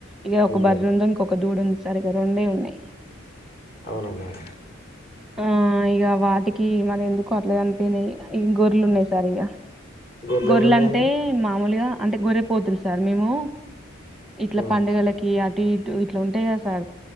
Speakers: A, in the centre; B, on the left.
A: ఇక ఒక
B: అయ్యో
A: బర్రె ఉంది ఇంకొక దూడు ఉంది దగ్గర ఉండే ఉన్నాయి
B: అవుననువు
A: ఆ ఇక వాటికి మది ఎందుకో అట్లా అనిపోయినాయి ఈ గొర్లు ఉన్నాయి సార్ ఇగ
B: గొర్రెలు
A: గొర్రెలంటే
B: ఎన్ని ఉన్నాయండి
A: మామూలుగా అంటే గొర్రెపోతులు సార్ మేము ఇట్లా
B: ఉమ్,
A: పండుగలకి అటు ఇటు ఇట్లా ఉంటాయి కదా సార్